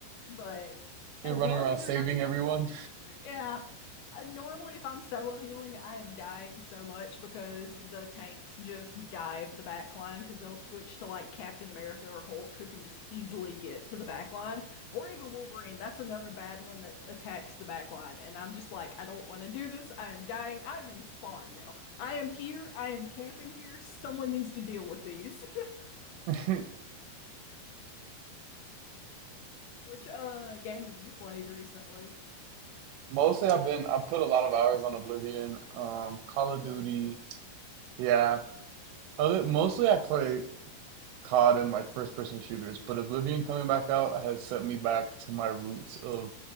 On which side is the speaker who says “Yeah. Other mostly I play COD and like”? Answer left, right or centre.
Right